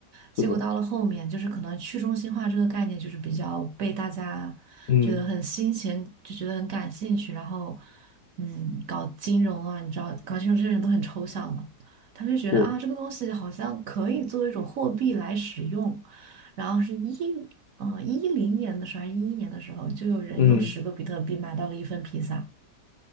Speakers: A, on the right; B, on the left.
A: 结果到了后面，
B: 是的，
A: 就是可能去中心化这个概念就是比较被大家觉得很新鲜，
B: 嗯
A: 就觉得很感兴趣。然后，嗯，搞金融啊，你知道，搞金融这些人都很抽象嘛，他们就觉得啊，
B: 是
A: 这个东西好像可以作为一种货币来使用。然后是一，嗯，一零年的时候还是一一年的时候，就有人用十个比特币买到了一份披萨，
B: 嗯，嗯